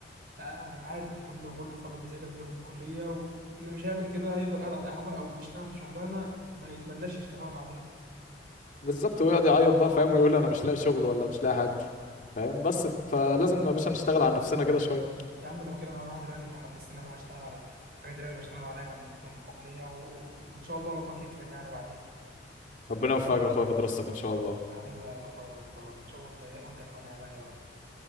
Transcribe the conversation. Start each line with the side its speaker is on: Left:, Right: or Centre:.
Right: لا يعني عادي كله كله فعلا بيذاكر جنب الكلية واللي مش هيعمل كده هيفضل قاعد على القهوة أو بيشتغل شغلانة ما يتمناش يشتغلها بعدين
Left: بالظبط ويقعد يعيط بقى فاهم ويقول انا مش لاقي شغل ولا مش لاقي حاجه فاهم بس فلازم يا باشا نشتغل على نفسنا كده شويه
Right: يا عم لو كده انا هروح دلوقتي انت حمستني اروح اشتغل على الحاجات اللي انا بشتغل عليها جنب جنب الكليه و... وان شاء الله ربك يكرم يعني بعدين
Left: ربنا يوفقك يا اخويا في دراستك ان شاء الله
Right: حبيبي يا اخويا يا دكتور وان شاء الله وانت وانت كمان يا غالي يا رب